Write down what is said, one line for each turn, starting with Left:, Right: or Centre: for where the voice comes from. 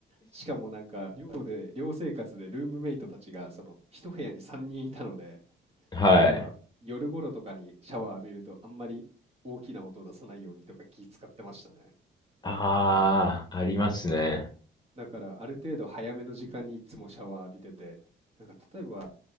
Right: しかもなんか寮で、寮生活でルームメイトたちがその一部屋に3人いたので、
Left: はい。
Right: なんか夜頃とかにシャワー浴びるとあんまり大きな音出さないようにとか気使ってましたね。
Left: ああ、ありますね。
Right: だからある程度早めの時間にいつもシャワー浴びてて、なんか例えば